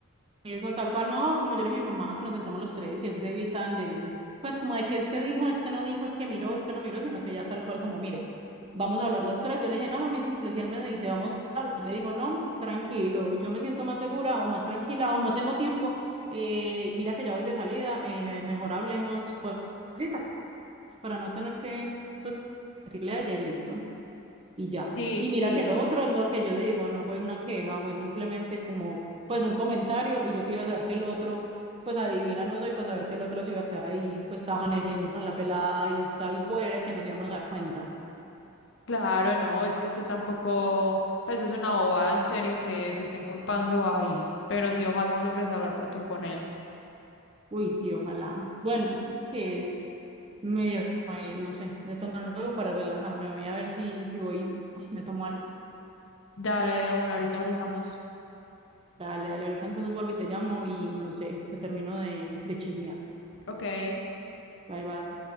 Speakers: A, on the right (about 25°); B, on the left (about 60°).
A: Eso tal cual, no, como yo le dije a mi mamá, que nos sentemos los tres y así se evitan de, pues como de que es que dijo, es que no dijo, es que miró, es que no miró, sino que ya tal cual como, mire, vamos a hablar los tres. Yo le dije, no, mami, simple, si él me dice, vamos a hablar, yo le digo, no, tranquilo, yo me siento más segura o más tranquila o no tengo tiempo, eh, mira que ya voy de salida, eh, mejor hablemos, pues, cita, pues, para no tener que, pues, decirle a ella y listo. y ya.
B: Sí,
A: Y
B: sí.
A: mira que lo otro es lo que yo digo, no fue una queja, fue simplemente como, pues un comentario y yo quería saber que el otro, pues adivina no soy para saber que el otro se iba a quedar ahí, pues amaneciendo con la pelada y sabía fuera que nos íbamos a dar cuenta.
B: Claro, no, es que usted tampoco, pues es una bobada en serio que te estén culpando ahí, pero sí, ojalá logres hablar pronto con él.
A: Uy, sí, ojalá. Bueno, es que me dieron, eh, no sé, de tomar algo para relajarme, voy a ver si, si voy, ay, me tomo algo.
B: Dale, de una, ahorita hablamos.
A: Dale, dale, ahorita entonces vuelvo y te llamo y no sé, te termino de, de chismear.
B: Ok.
A: Bye, bye.